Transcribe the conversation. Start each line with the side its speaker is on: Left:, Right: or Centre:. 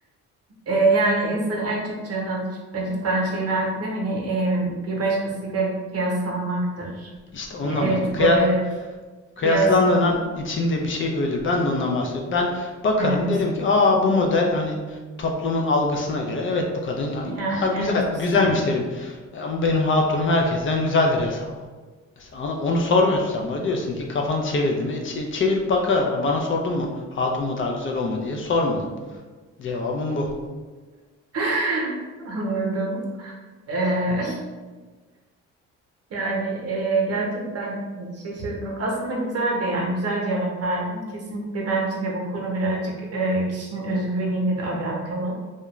Right: E, yani insanı en çok canını acı- acıtan şey belki de hani e, bir başkasıyla kıyaslanmaktır.
Left: İşte onunla
Right: E, evet
Left: bahsediyorum. Kıya-
Right: bu evet. Kıyaslı.
Left: Kıyaslandığın an içinde bir şey ölür. Ben de ondan bahsediyorum. Ben bakarım
Right: Evet.
Left: derim ki aa bu model hani toplumun algısına göre evet bu kadın ha,
Right: Yani
Left: ha, güzel
Right: evet güzel.
Left: güzelmiş derim. E, Ama benim hatunum herkesten güzeldir hesabı. Mesela anladın mı? onu sormuyorsun sen bana diyorsun ki kafanı çevirdim. E, çe- çevirip bakarım. Ha, Bana sordun mu hatun mu daha güzel o mu diye sormadın. Cevabım bu.
Right: <laughs> Anladım. Ee, <laughs> yani e, gerçekten şaşırdım. Aslında güzeldi yani güzel cevap verdin. Kesinlikle bence de bu konu birazcık e, kişinin özgüveniyle de alakalı.